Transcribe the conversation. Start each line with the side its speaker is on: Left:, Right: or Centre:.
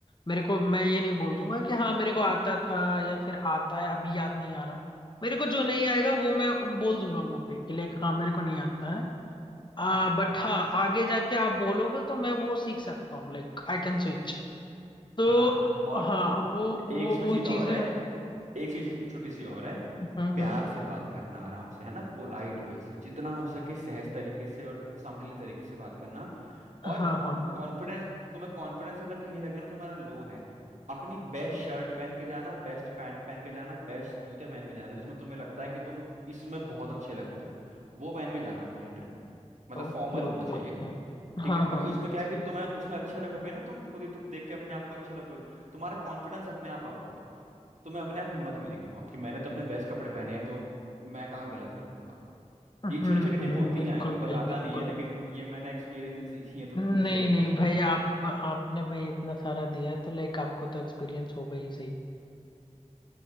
Left: मेरे को मैं ये नहीं बोल दूंगा कि हाँ मेरे को आता था या फिर आता है अभी याद नहीं आ रहा मेरे को जो नहीं आएगा वो मैं बोल दूंगा मुंह पे कि लाइक हाँ मेरे को नहीं आता है आ
Right: हाँ
Left: बट हाँ आगे जाके आप बोलोगे तो मैं वो सीख सकता हूँ लाइक आई कैन स्विच तो
Right: हाँ और
Left: हाँ वो वो
Right: एक इसमें
Left: वो
Right: चीज़ और
Left: चीजें
Right: है एक चीज इसमें छोटी सी और है
Left: हम्म
Right: प्यार
Left: हम्म
Right: से बात करना आराम से है ना पोलाइट वे से जितना हो सके सहज तरीके से और संभले तरीके से बात करना
Left: हाँ
Right: और
Left: हाँ हाँ
Right: कॉन्फिडेंस तुम्हें कॉन्फिडेंस अगर कहीं लगे ना तुम्हारा लो है अपनी बेस्ट शर्ट पहन के जाना बेस्ट पैंट पहन के जाना बेस्ट जूते पहन के जाना जिसमें तुम्हें लगता है कि तुम इसमें बहुत अच्छे लगते हो वो पहन के जाना अपने इंटरव्यू में मतलब
Left: Okay
Right: फॉर्मल होना
Left: okay
Right: चाहिए
Left: okay हाँ
Right: ठीक है क्योंकि
Left: हाँ
Right: उसमें क्या है कि तुम्हें उसमें अच्छे लगोगे ना तुम खुद ही तुम देख के अपने आप को अच्छे लगोगे तुम्हारा कॉन्फिडेंस अपने आप अप होगा तुम्हें अपने आप हिम्मत मिलेगी बहुत कि मैंने तो अपने बेस्ट कपड़े पहने हैं तो मैं कहाँ गलत कर दूंगा
Left: हम्म
Right: ये छोटी छोटी टिप
Left: हम्म
Right: होती
Left: बिल्कुल
Right: हैं कोई बताता
Left: भाई बिल्कुल
Right: नहीं है लेकिन ये मैंने एक्सपीरियंस से सीखी है तो तुमको
Left: नहीं
Right: शेयर कर
Left: नहीं
Right: रहा
Left: भाई
Right: हूँ
Left: आप आपने भाई इतना सारा दिया है तो लाइक आपको तो एक्सपीरियंस होगा ही सही